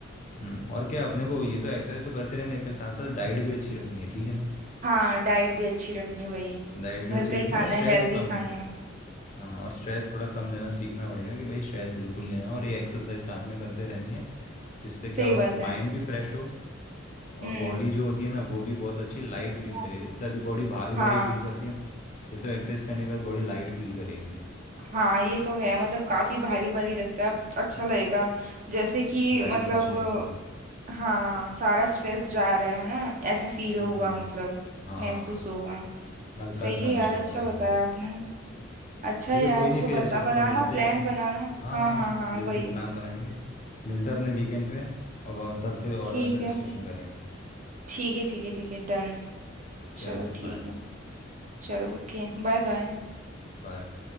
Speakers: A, on the left (about 40°); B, on the right (about 40°).
A: हम्म और क्या अपने को ये तो एक्सरसाइज तो करते रहने पे साथ साथ डाइट भी अच्छी रखनी है ठीक है ना
B: हाँ डाइट भी अच्छी रखनी है वही
A: डाइट
B: घर
A: भी अच्छी
B: का
A: रखनी
B: ही खाना
A: है और स्ट्रेस
B: है हेल्दी
A: कम
B: खाना है
A: हाँ और स्ट्रेस थोड़ा कम लेना सीखना पड़ेगा कि भाई स्ट्रेस बिल्कुल नहीं लेना और ये एक्सरसाइज साथ में करते रहनी है जिससे क्या
B: सही
A: हो
B: बात है
A: माइंड भी फ्रेश हो और
B: हम्म
A: बॉडी जो होती है ना वो भी बहुत अच्छी लाइट फील
B: वो
A: करे
B: भी
A: जैसे अभी बॉडी भारी भारी
B: हाँ
A: फील करती है ना ये सब एक्सरसाइज करने के बाद बॉडी लाइट फील करेगी
B: हाँ ये तो है मतलब काफी भारी भारी लगता है अब अच्छा लगेगा जैसे कि
A: लाइट
B: मतलब
A: महसूस होगा
B: हाँ सारा स्ट्रेस जा रहा है ना ऐसा फील होगा
A: हम्म
B: मतलब
A: हाँ
B: महसूस होगा
A: हल्का
B: सही
A: हल्का
B: है
A: महसूस
B: यार अच्छा
A: होगा एकदम
B: बताया आपने अच्छा
A: ठीक
B: है
A: है
B: यार
A: कोई नहीं
B: तो
A: फिर
B: बता
A: ऐसा हो तो
B: बनाना
A: मिलते
B: प्लान
A: हैं अपन
B: बनाना
A: हाँ
B: हाँ
A: हाँ
B: हाँ हाँ
A: बिल्कुल
B: वही
A: प्लान बनाएंगे मिलते हैं अपने वीकेंड पे और तब फिर और
B: ठीक
A: अच्छा डिस्कशन
B: है
A: करेंगे
B: ठीक है ठीक है ठीक है डन
A: चल
B: चलो
A: फिर
B: ठीक
A: बाय
B: है चलो ओके बाय बाय
A: बाय